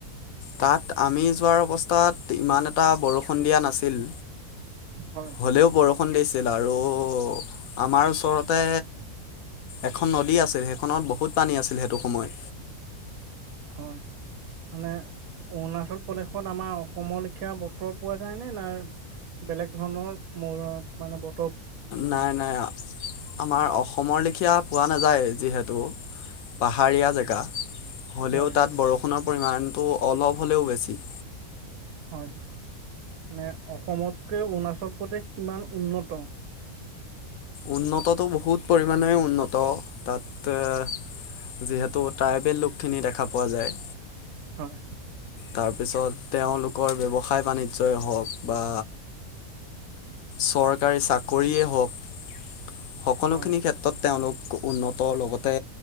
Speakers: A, on the left; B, on the right.
A: তাত আমি যোৱাৰ অৱস্থাত ইমান এটা বৰষুণ দিয়া নাছিল।
B: হয়,
A: হলেও বৰষুণ দিছিল, আৰু আমাৰ ওচৰতে
B: উম <inaudible>
A: এখন নদী আছে সেইখনত বহুত পানী আছিল সেইটো সময়।
B: হয়। মানে অৰুণাচল প্ৰদেশত আমাৰ অসমৰ লৈকে বতৰ পোৱা যায়নে নাই বেলেগ ধৰণৰ মানে বত
A: নাই নাই আমাৰ অসমৰ লেখীয়া পোৱা নাযায়, যিহেতু পাহাৰীয়া জেগা। হ'লেও
B: হয়
A: তাত বৰষুণৰ পৰিমাণটো অলপ হ'লেও বেছি।
B: হয় মানে অসমতকে অৰুণাচল উপদেশ কিমান উন্নত।
A: উন্নতটো বহুত পৰিমাণে উন্নত। তাত এ যিহেতু ট্ৰাইবেল লোকখিনি দেখা পোৱা যায়।
B: হয়
A: তাৰপিছত তেওঁলোকৰ ব্যৱ সায় বাণিজ্যই হওক বা চৰকাৰী চাকৰিয়েই হওক সকলোখিনি
B: হয়
A: ক্ষেত্ৰত তেওঁলোক উন্নত। লগতে